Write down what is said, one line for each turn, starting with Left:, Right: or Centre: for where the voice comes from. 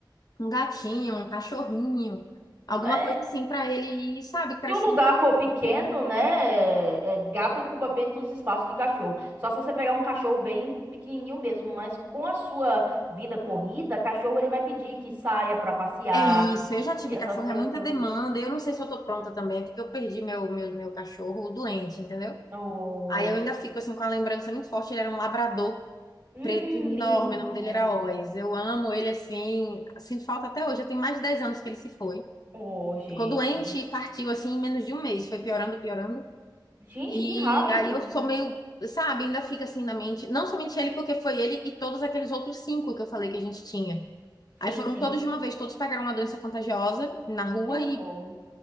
Left: um gatinho, um cachorrinho, alguma
Right: é.
Left: coisa assim pra ele ir, sabe, crescendo.
Right: Se o lugar for pequeno, né? é- é, gato ocupa menos espaço que cachorro. Só se você pegar um cachorro bem pequenininho mesmo, mas com a sua vida corrida, cachorro ele vai pedir que saia pra passear
Left: É isso, eu já tive
Right: e essas
Left: cachorro,
Right: coisas
Left: é muita
Right: todas.
Left: demanda. Eu não sei se eu tô pronta também, é porque eu perdi meu, meu, meu cachorro doente, entendeu?
Right: Oh,
Left: Aí eu ainda fico assim com a lembrança muito forte. Ele era um labrador
Right: hum,
Left: preto enorme,
Right: lindo.
Left: o nome dele era Oz. Eu amo ele assim, sinto falta até hoje. Já tem mais de 10 anos que ele se foi.
Right: Oh, gente.
Left: Ficou doente e partiu assim em menos de um mês, foi piorando, piorando.
Right: Gente,
Left: E
Right: que rápido.
Left: aí eu sou meio, sabe, ainda fica assim na mente, não somente ele, porque foi ele e todos aqueles outros cinco que eu falei que a gente tinha.
Right: Sim,
Left: Aí foram
Right: sim.
Left: todos de uma vez, todos pegaram uma doença contagiosa na rua
Right: Que horror.
Left: e